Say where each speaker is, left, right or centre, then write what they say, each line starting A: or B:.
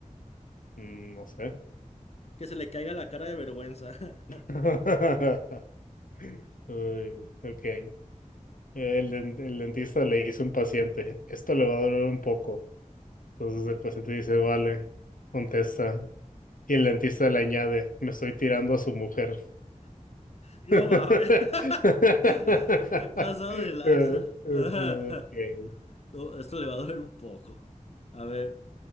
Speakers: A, on the left (about 85°); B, on the left (about 50°).
A: mm, no sé.
B: Que se le caiga la cara de vergüenza.
A: <laughs> Ay,
B: <laughs>
A: güey. ok. El, den- el dentista le dice a un paciente, esto le va a doler un poco. Entonces el paciente dice, vale, contesta. Y el dentista le añade, me estoy tirando a su mujer.
B: No
A: <laughs>
B: mames. <laughs> ¿Qué pasado de lanza?
A: Eh, eh,
B: <laughs>
A: ok.
B: No, esto le va a doler un poco. A ver,